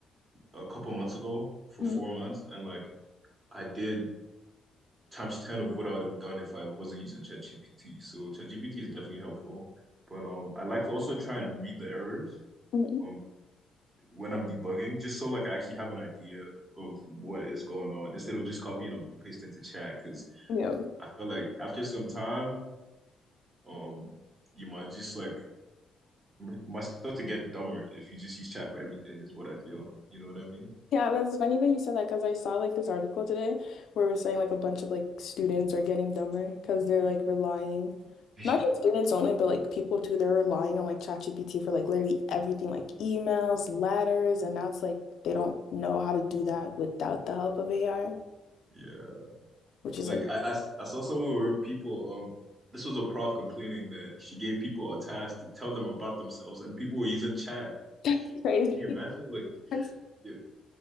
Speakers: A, on the right; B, on the left.
A: a couple months ago for
B: Mhm.
A: four months, and like I did times 10 of what I would have done if I wasn't using ChatGPT. So ChatGPT is definitely helpful. But um I like to also try and read the errors
B: Mhm.
A: um when I'm debugging, just so like I actually have an idea of what is going on instead of just copying and pasting to chat. Because
B: Yep.
A: I feel like after some time, um you might just like m- might start to get dumber if you just use chat for everything, is what I feel. You know what I mean?
B: Yeah, that's funny that you said that because I saw like this article today where we're saying like a bunch of like students are getting dumber because they're like relying,
A: <laughs>
B: not just students only, but like people too. They're relying on like ChatGPT for like literally everything, like emails, letters, and now it's like they don't know how to do that without the help of AI,
A: Yeah.
B: which is
A: Like
B: like
A: I, I s- I saw someone where people um this was a prof complaining that she gave people a task to tell them about themselves and people were using chat.
B: <laughs> that's crazy.
A: Can you imagine? Like
B: That's
A: yeah,